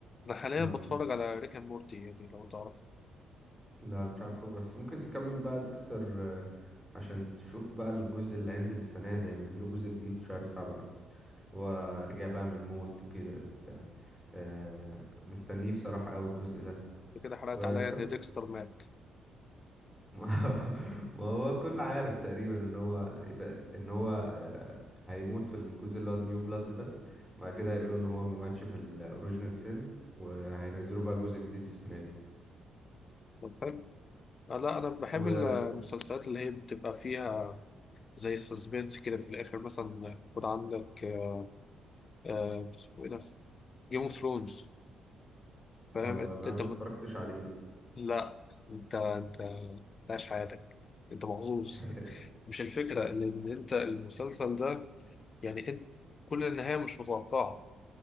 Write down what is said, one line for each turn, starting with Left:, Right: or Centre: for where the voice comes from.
Left: أنا حاليا
Centre: اه
Left: بتفرج على ريك أند مورتي يعني لو تعرف
Centre: لا مش عارفه بس ممكن تكمل بقى ديكستر آه، عشان تشوف بقى الجزء اللي هينزل السنه دي هينزلوا جزء جديد في شهر سبعة هو رجع بقى من الموت وكده بتاع آه، مستنيه بصراحه قوي الجزء ده
Left: أنت كده حرقت
Centre: وبتحب
Left: عليا إن ديكستر مات
Centre: <laughs> ما هو كل عارف تقريبا ان هو يبقى ان هو آه، هيموت في الجزء اللي هو نيو بلاد ده بعد كده هيقولوا ان هو ما ماتش في الاوريجينال سين وهينزلوا بقى جزء جديد السنه دي
Left: طب حلو آه، لا أنا بحب
Centre: و
Left: المسلسلات اللي هي بتبقى فيها زي سسبنس كده في الآخر مثلا يكون عندك آه، آه، اسمه إيه ده جيم أوف ثرونز فاهم
Centre: اه
Left: أنت
Centre: لا
Left: أنت
Centre: ما اتفرجتش عليه
Left: لا انت انت انت عايش حياتك انت محظوظ
Centre: <laughs>
Left: مش الفكرة لان انت المسلسل ده يعني انت كل النهاية مش متوقعة